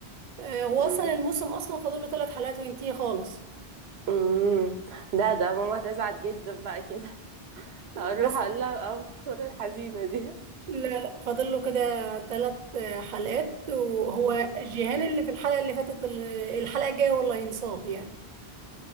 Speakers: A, on the right; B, on the right.
A: آه، هو اصلا
B: أمم،
A: الموسم اصلا فاضل له ثلاث حلقات وينتهي خالص
B: أمم. لا ده ماما هتزعل جدا بقى كده هروح
A: بس
B: اقول لها الاخبار الحزينة دي
A: لا لا فاضل له كده ثلاث حلقات وهو جيهان اللي في الحلقه اللي فاتت اللي- الحلقه الجايه والله ينصاب يعني